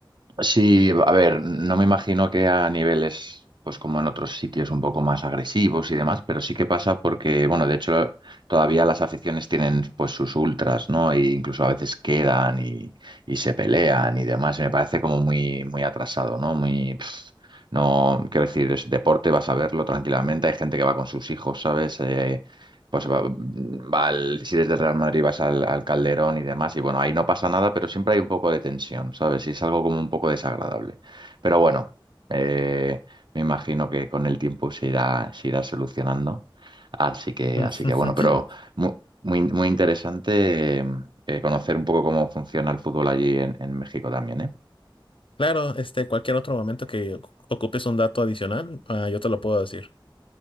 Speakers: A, on the right; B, on the left.
A: Sí, a ver, no me imagino que a niveles, pues como en otros sitios un poco más agresivos y demás, pero sí que pasa porque, bueno, de hecho todavía las aficiones tienen pues sus ultras, ¿no? E incluso a veces quedan y, y se pelean y demás, y me parece como muy, muy atrasado, ¿no? Muy, pf, no, quiero decir, es deporte, vas a verlo tranquilamente, hay gente que va con sus hijos, ¿sabes? Eh, pues va- va al- si desde Real Madrid vas al, al Calderón y demás, y bueno, ahí no pasa nada, pero siempre hay un poco de tensión, ¿sabes? Y es algo como un poco desagradable. Pero bueno, eh, me imagino que con el tiempo se irá, se irá solucionando. Así que,
B: <laughs>
A: así que bueno, pero mu- muy, muy, interesante eh, eh, conocer un poco cómo funciona el fútbol allí en, en México también, ¿eh?
B: Claro, este, cualquier otro momento que ocu- ocupes un dato adicional, ah, yo te lo puedo decir.